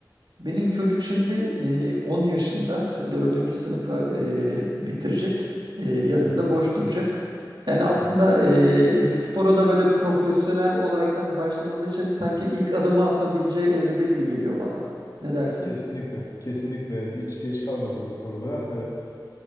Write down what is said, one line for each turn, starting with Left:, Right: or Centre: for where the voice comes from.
Right: Benim çocuk şimdi e, 10 yaşında işte dördüncü sınıfı e, bitirecek. E, yazında
Left: Hı hı.
Right: boş duracak. Yani aslında
Left: Hı hı.
Right: e, bir spora da böyle profesyonel olaraktan başlaması için sanki ilk adımı atabileceği evrede gibi geliyor bana. Ne dersin?
Left: Kesinlikle, kesinlikle hiç geç kalmadım bu konuda.